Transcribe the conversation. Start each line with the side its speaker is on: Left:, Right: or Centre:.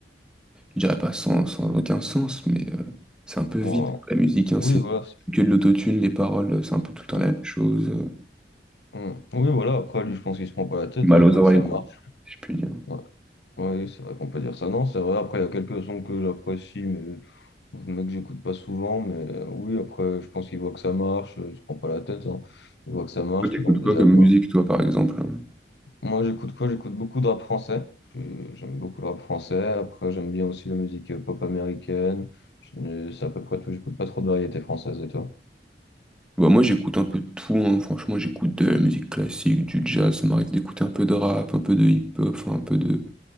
Centre: je dirais pas sans, sans aucun sens, mais euh, c'est un peu vide
Left: Moi,
Centre: la musique. hein,
Left: oui,
Centre: c'est
Left: voilà. c'est-
Centre: que de l'autotune, les paroles, c'est un peu tout le temps
Left: Mm,
Centre: la même chose. euh,
Left: mm. Oui, voilà. Après, lui, je pense qu'il se prend pas la tête,
Centre: Mal
Left: hein, il
Centre: aux
Left: voit
Centre: oreilles,
Left: que ça
Centre: quoi.
Left: marche.
Centre: si Je puis dire.
Left: Ouais. Oui, c'est vrai qu'on peut dire ça. Non, c'est vrai. Après, il y a quelques sons que j'apprécie, mais, mais que j'écoute pas souvent. Mais euh, oui, après, je pense qu'il voit que ça marche. euh, Il se prend pas la tête. hein. Il voit que ça marche,
Centre: Toi, T'écoutes
Left: qu'il vend des
Centre: quoi comme
Left: albums.
Centre: musique, toi, par exemple?
Left: Moi, j'écoute quoi? J'écoute beaucoup de rap français. Je- J'aime beaucoup le rap français. Après, j'aime bien aussi la musique euh, pop américaine. Je- C'est à peu près tout. J'écoute pas trop de variété française. Et toi?
Centre: Bah, moi, j'écoute un peu de tout, hein. Franchement, j'écoute de la musique classique, du jazz, ça m'arrive d'écouter un peu de rap, un peu de hip-hop, enfin, un peu de,